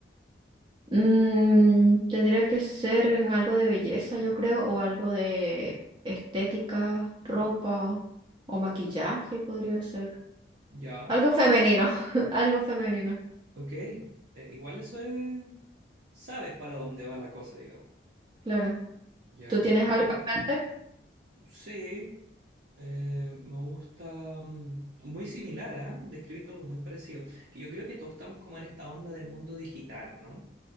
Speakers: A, on the right; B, on the right.
A: Mm, tendría que ser en algo de belleza, yo creo, o algo de estética, ropa o maquillaje podría ser.
B: Ya,
A: Algo femenino, <laughs> algo femenino,
B: ok. Eh, igual eso es... Sabes para dónde va la cosa, digamos.
A: claro.
B: Ya,
A: ¿Tú
B: qué
A: tienes
B: bueno.
A: algo en mente?
B: Sí, eh, me gusta... mm, Muy similar, ¿ah? Describiste algo muy parecido. Que yo creo que todos estamos como en esta onda del mundo digital, ¿o no?